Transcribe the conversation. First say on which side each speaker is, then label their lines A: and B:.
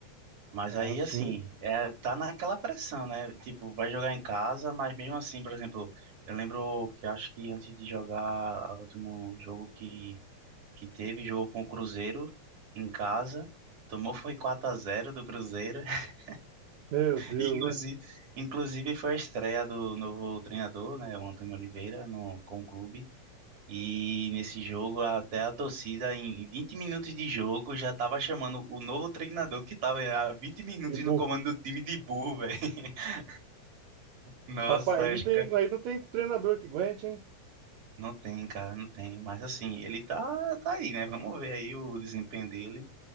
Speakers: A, on the right; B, on the right.
A: Mas
B: ah,
A: aí,
B: sim.
A: assim, é, tá naquela pressão, né? Tipo, vai jogar em casa, mas mesmo assim, por exemplo, eu lembro que acho que antes de jogar o último jogo que, que teve, jogou com o Cruzeiro em casa, tomou foi 4 a zero do Cruzeiro, <laughs>
B: Meu Deus,
A: E, inclusive,
B: hein?
A: inclusive foi a estreia do novo treinador, né, o Antônio Oliveira, no, com o clube. E nesse jogo, até a torcida, em 20 minutos de jogo, já tava chamando o novo treinador que tava há vinte minutos
B: Que burro.
A: no comando do time de burro, velho. <laughs> Nossa,
B: Rapaz, aí não
A: acho
B: tem,
A: que
B: aí não tem treinador que aguente, hein?
A: não tem, cara, não tem. Mas assim, ele tá, tá aí, né? Vamos ver aí o desempenho dele,